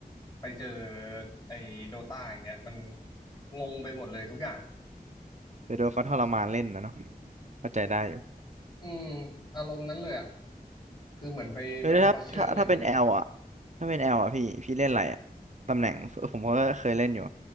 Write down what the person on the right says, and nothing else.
ไปโดนเขาทรมานเล่นนะเนาะเข้าใจได้อยู่
เฮ้ยแล้วถ้าถ้าถ้าเป็นแอลอ่ะถ้าเป็นแอลอ่ะพี่พี่เล่นอะไรอ่ะตำแหน่งผมก็เคยเล่นอยู่